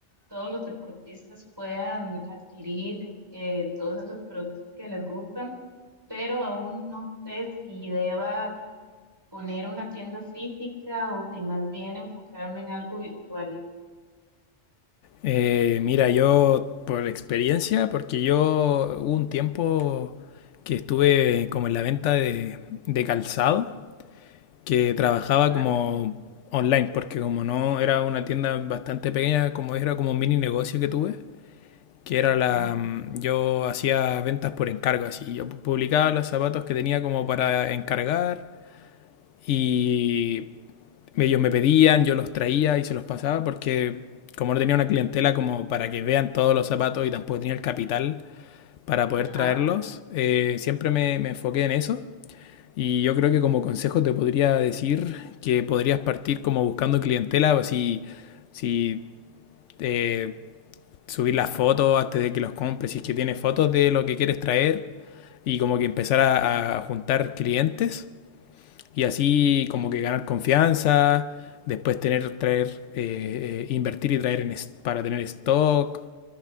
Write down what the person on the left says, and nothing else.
Eh, mira, yo por experiencia, porque yo hubo un tiempo que estuve como en la venta de de calzado. que trabajaba
como online, porque como no era una tienda bastante pequeña, como era como un mini negocio que tuve, que era
la... mm, yo hacía ventas por encargo, así, yo publicaba los zapatos que tenía como para encargar y ellos me pedían, yo los traía y se los pasaba porque como no tenía una clientela como para que vean todos los zapatos y tampoco tenía el capital para poder
traerlos, eh, siempre me, me enfoqué en eso y yo creo que como consejo te podría decir que podrías partir como buscando clientela, así, si si, eh, subir las fotos antes de que los compres, si es que tienes fotos de lo que quieres traer y como que empezar a, a juntar clientes y así como que ganar confianza, después tener, traer, eh, eh, invertir y traer en para tener stock